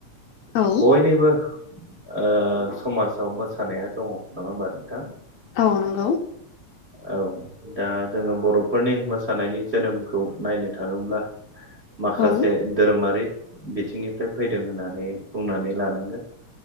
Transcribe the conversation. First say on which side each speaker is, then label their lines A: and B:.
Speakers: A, on the left (about 70°); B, on the right (about 40°).
A: <unintelligible>
B: बयनिबो ओ समाजाव मोसानाया दङ नङा होमबा नोंथां?
A: औ नंगौ।
B: औ। दा जोङो बर'फोरनि मोसानायनि जोनोमखौ नायनो थाङोब्ला माखासे
A: औ
B: धोरोमारि बिथिंनिफ्राय फैदों होननानै बुंनानै लानांगोन।